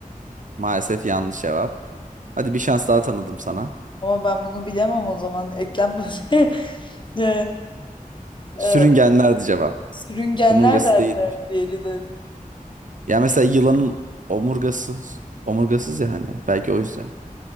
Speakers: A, on the right; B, on the left.
A: Maalesef yanlış cevap. Hadi bir şans daha tanıdım sana.
B: Ama ben bunu bilemem o zaman. Eklem böyle. <laughs> Ee,
A: Sürüngenlerdi
B: e,
A: cevap.
B: sürüngenler
A: Omurgası
B: der
A: değilmiş.
B: mi? Diğeri de.
A: Ya mesela yılanın omurgasız, omurgasız ya hani. Belki o yüzden.